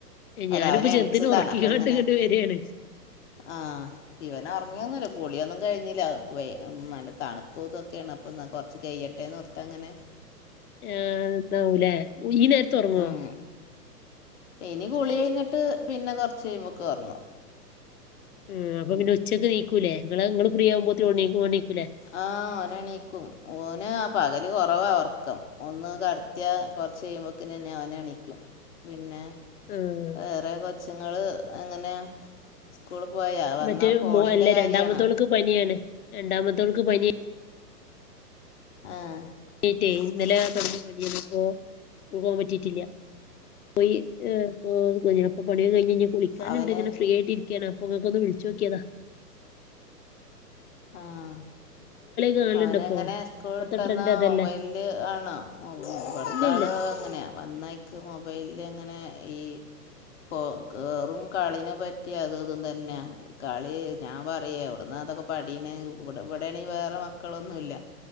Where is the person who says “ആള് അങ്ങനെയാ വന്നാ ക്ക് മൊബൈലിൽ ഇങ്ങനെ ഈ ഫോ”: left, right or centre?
Left